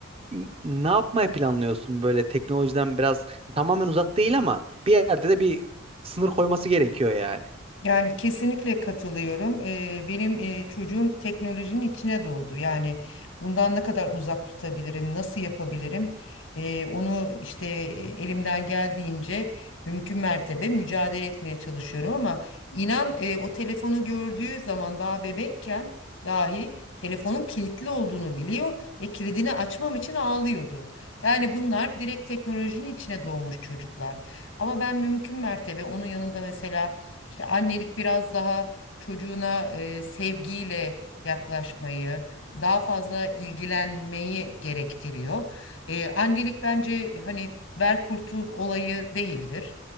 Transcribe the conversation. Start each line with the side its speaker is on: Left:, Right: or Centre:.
Right: n- ne yapmayı planlıyorsun böyle teknolojiden biraz tamamen uzak değil ama bir yerde de bir sınır koyması gerekiyor yani.
Left: Yani kesinlikle katılıyorum. Eee, benim eee, çocuğum teknolojinin içine doğdu. Yani bundan ne kadar uzak tutabilirim, nasıl yapabilirim? Eee, onu işte eee, elimden geldiğince mümkün mertebe mücadele etmeye çalışıyorum ama inan eee, o telefonu gördüğü zaman daha bebekken dahi telefonun kilitli olduğunu biliyor ve kilidini açmam için ağlıyordu. Yani bunlar direkt teknolojinin içine doğmuş çocuklar. Ama ben mümkün mertebe onun yanında mesela işte annelik biraz daha çocuğuna e, sevgiyle yaklaşmayı, daha fazla ilgilenmeyi gerektiriyor. E, annelik bence hani ver kurtul olayı değildir.